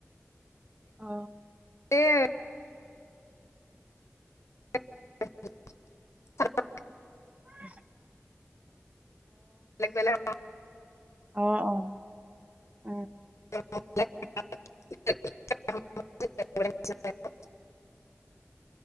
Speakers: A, on the right; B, on the left.
A: অ
B: এ এ। <unintelligible>
A: উ।
B: বেলেগ বেলে। হয়।
A: আহ অ, উম।
B: <unintelligible> <inaudible>